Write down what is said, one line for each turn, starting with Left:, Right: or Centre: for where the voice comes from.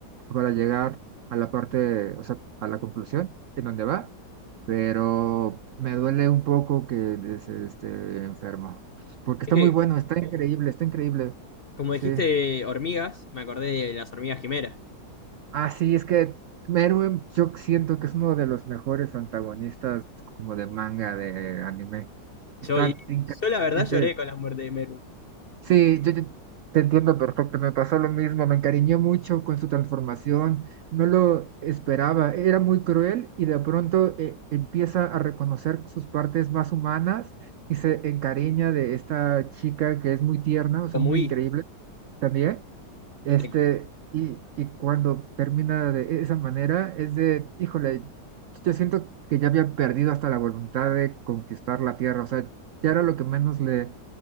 Right: para llegar a la parte, o sea, a la conclusión en donde va. pero me duele un poco que es, esté enfermo, porque está
Left: que
Right: muy bueno, está increíble, está increíble.
Left: Como
Right: Sí.
Left: dijiste hormigas, me acordé de las hormigas quimeras.
Right: Ah, sí, es que Meruem yo siento que es uno de los mejores antagonistas como de manga, de anime. Está
Left: Yo, y
Right: increíblemente
Left: yo la verdad lloré con la muerte de Merwin.
Right: Sí, yo, yo te entiendo perfecto, me pasó lo mismo, me encariñé mucho con su transformación, no lo esperaba, era muy cruel y de pronto eh, empieza a reconocer sus partes más humanas y se encariña de esta chica que es muy tierna, o sea,
Left: Como
Right: muy
Left: huí.
Right: increíble también, este,
Left: de-
Right: y, y cuando termina de e-, esa manera es de, híjole, yo siento que ya había perdido hasta la voluntad de conquistar la tierra, o sea, ya era lo que menos le